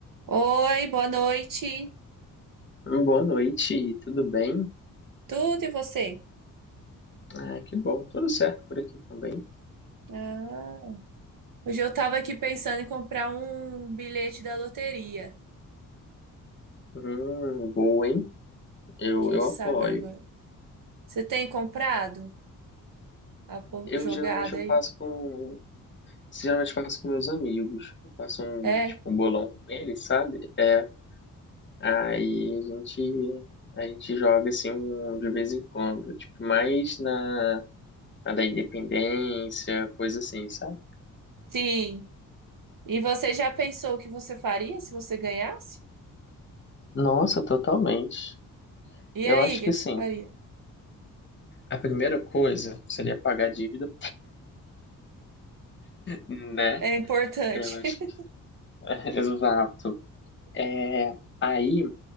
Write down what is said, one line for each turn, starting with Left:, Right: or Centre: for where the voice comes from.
Right: Oi, boa noite.
Left: Boa noite, tudo bem?
Right: Tudo e você?
Left: Ah, que bom, tudo certo por aqui também.
Right: Ah, hoje eu tava aqui pensando em comprar um bilhete da loteria.
Left: Hum, boa, hein? Eu,
Right: Quem
Left: eu
Right: sabe
Left: apoio.
Right: eu ganho. Você tem comprado a po-
Left: Eu
Right: jogada
Left: geralmente eu
Right: aí?
Left: faço com, geralmente faço com meus amigos. Eu faço um,
Right: É?
Left: tipo, um bolão com eles, sabe? É, aí a gente, a gente joga assim um, de vez em quando, tipo, mais na, na da independência, coisa assim, sabe?
Right: Sim. E você já pensou o que você faria se você ganhasse?
Left: Nossa, totalmente.
Right: E
Left: Eu
Right: aí,
Left: acho
Right: o que
Left: que
Right: que
Left: sim.
Right: você faria?
Left: A primeira coisa seria pagar a dívida, né?
Right: É importante.
Left: Eu acho
Right: <laughs>
Left: <laughs> Exato. É, aí,